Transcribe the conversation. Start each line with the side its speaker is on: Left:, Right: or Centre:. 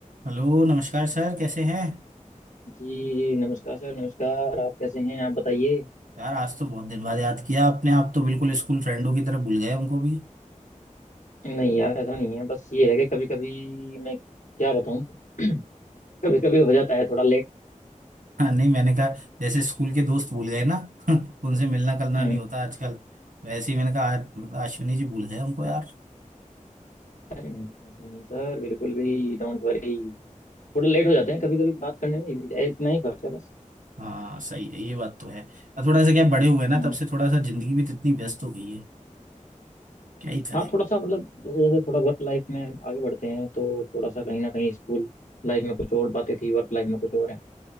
Right: Hello नमस्कार sir कैसे हैं
Left: जी नमस्कार सर नमस्कार आप कैसे हैं आप बताइए
Right: यार आज तो बहुत दिन बाद याद किया आपने आप तो बिल्कुल स्कूल फ्रेंडों की तरह भूल गए हमको भी
Left: नहीं यार ऐसा नहीं है बस ये है कि कभी कभी मैं क्या बताऊं <clears throat> कभी कभी हो जाता है थोड़ा लेट
Right: <laughs> हाँ नहीं मैंने कहा जैसे स्कूल के दोस्त भूल गए ना <laughs> उनसे मिलना करना
Left: हम्म
Right: नहीं होता आजकल वैसे ही मैंने कहा आज अश्विनी जी भूल गए हमको यार
Left: अरे नहीं ऐसा नहीं है सर बिल्कुल भी Don't worry थोड़ा लेट हो जाते हैं कभी कभी बात करने में इ- इतना ही फर्क है बस
Right: हाँ सही है ये बात तो है और थोड़ा सा क्या बड़े हुए ना
Left: हम्म
Right: तब से थोड़ा सा जिंदगी भी तो इतनी व्यस्त हो गई है क्या ही करें
Left: हाँ थोड़ा सा मतलब जैसे जैसे थोड़ा वर्क लाइफ में आगे बढ़ते हैं तो थोड़ा सा कहीं ना कहीं स्कूल लाइफ में कुछ और बातें थी वर्क लाइफ में कुछ और